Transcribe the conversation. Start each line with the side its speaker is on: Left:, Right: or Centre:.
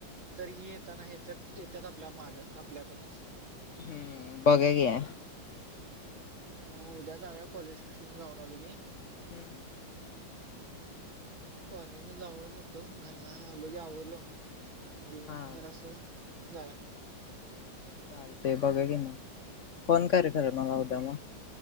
Right: तरी ही येताना येत्यात येत्यात आपल्या माग आपल्या आपणच
Left: हम्म बघा घ्या
Right: मग उद्या जावूया कॉलेजासनं जाऊन आलो की
Left: हम्म
Right: कॉलेजला जाऊन येतो घरला आलो की आवरल्यावर जाऊन
Left: हा
Right: जर असं जावूया
Left: चालतय बघाव घे मग फोन कर खरं मला उद्या मग